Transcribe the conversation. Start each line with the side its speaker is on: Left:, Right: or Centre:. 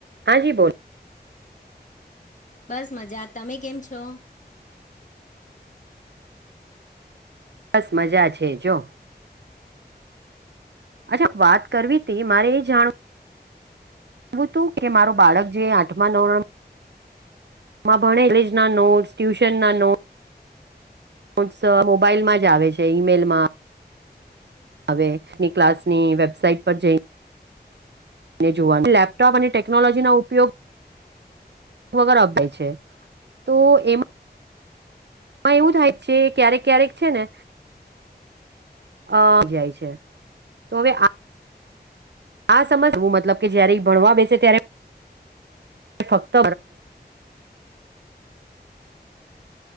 Right: હા જી બોલો
Left: બસ મજા તમે કેમ છો?
Right: બસ મજા છે જો અચ્છા વાત કરવી તે મારે એ જાણવું વું હતું કે મારું બાળક જે આઠમા નોવ માં માં ભણે કોલેજના નોટસ ટ્યુશન ના નોટ નોટસ મોબાઈલમાં જ આવે છે ઈમેલમાં આવે એ ક્લાસની વેબસાઇટ પર જઈ ને જોવાનું લેપટોપ અને ટેકનોલોજીનો ઉપયોગ વગર અભાય છે તો એમાં હ એવું થાય છે ક્યારેક ક્યારેક છે ને અ જાય છે તો હવે આ આ સમસ તું મતલબ કે જ્યારે ઈ ભણવા બેસે ત્યારે ફક્ત <unintelligible>